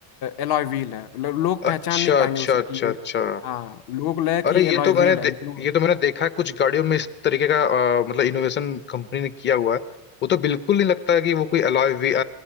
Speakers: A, on the left; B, on the left.
A: एलॉय व्हील है लो- लोग पहचान
B: अच्छा
A: नहीं
B: अच्छा
A: पाएंगे उसे
B: अच्छा
A: कि ये
B: अच्छा
A: हाँ लोग लगेगा
B: अरे
A: कि ये
B: ये
A: एलॉय
B: तो
A: व्हील
B: मैंने दे,
A: है लेकिन वो-
B: ये तो मैंने देखा है कुछ गाड़ियों में इस तरीके का अ, मतलब इनोवेशन कंपनी ने किया हुआ है वो तो बिल्कुल नहीं लगता है कि वो कोई अलॉय वी, अ,